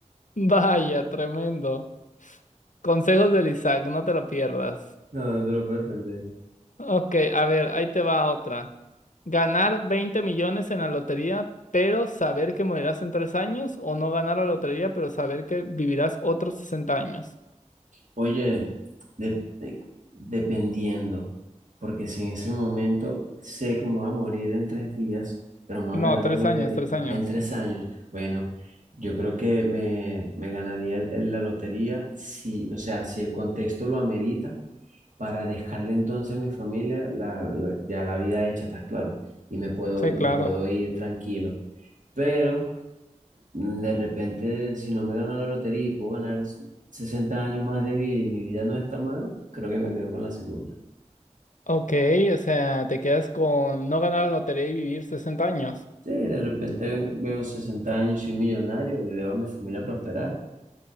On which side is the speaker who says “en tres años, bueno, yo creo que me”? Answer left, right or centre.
Right